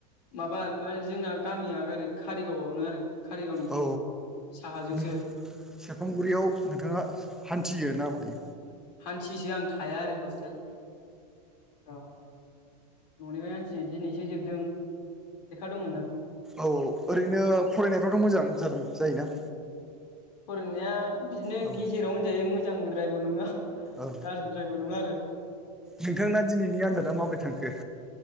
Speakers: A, on the left; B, in the centre.
A: माबा म जोंना गामिया ओरै कारिगावआवनो आरो। कारिगावनि
B: औ
A: साहाजोंसो
B: नों सेरफांगुरियाव नोंथाङा हान्थियो ना बायो
A: थियोसो आं थाया आरो हस्टेल औ न'निफ्राय आं दिनैसो जोबदों। दंमोन ना
B: औ औ ओरैनो फरायनायफ्राथ' मोजां जादों जायोना
A: फरायनाया बिदिनो
B: औ
A: गेजेराव होनजायो मोजां बुद्रायबो नङा।
B: औ
A: गाज्रिद्रायबो नङा आरो
B: नोंथांना दिनैनि आनजादा माबोरै थांखो?